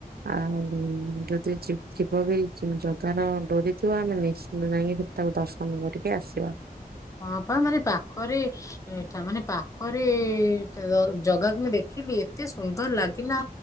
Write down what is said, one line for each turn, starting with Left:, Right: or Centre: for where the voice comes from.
Right: ଆଉ ଯଦି ଯି ଯିବ ବି ଜଗାର ଡୋରିଥିବ ଆମେ ନିଶ୍ଚିତ ଯାଇଁକି ସେ ତାକୁ ଦର୍ଶନ କରିକି ଆସିବା।
Left: ହଁ ପା ମାନେ ପାଖରେ ଏଁ ଠା ମାନେ ପାଖରେ ଚ ଜଗାକୁ ମୁଁ ଦେଖିଲି ଏତେ ସୁନ୍ଦର ଲାଗିଲା